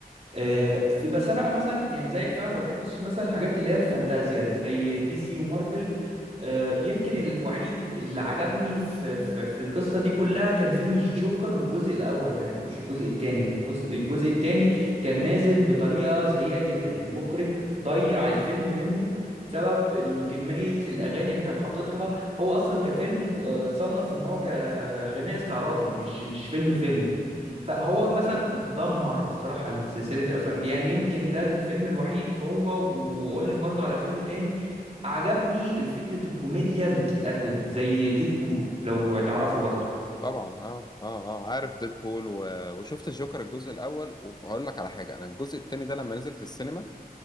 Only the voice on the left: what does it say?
طبعا اه اه اه عارف ديدبول و... وشفت الجوكر الجزء الأول وهقول لك على حاجة أنا الجزء التاني ده لما نزل في السينما